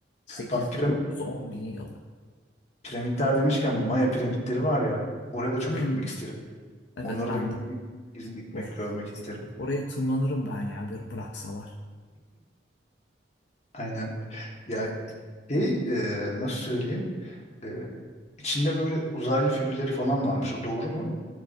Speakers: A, on the left (about 70°); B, on the left (about 35°).
A: 8,
B: Bak piram-
A: 9, 10 bin yıl.
B: piramitler demişken Maya piramitleri var ya. Oraya da çok
A: Hı.
B: gitmek isterim.
A: Evet
B: Onları
A: ben
B: da git-
A: de.
B: iz- gitmek,
A: Of,
B: görmek isterim.
A: oraya tırmanırım ben ya bir bıraksalar.
B: Aynen. Ya şey e, nasıl söyleyeyim? E, içinde böyle uzaylı figürleri falan varmış. O doğru mu?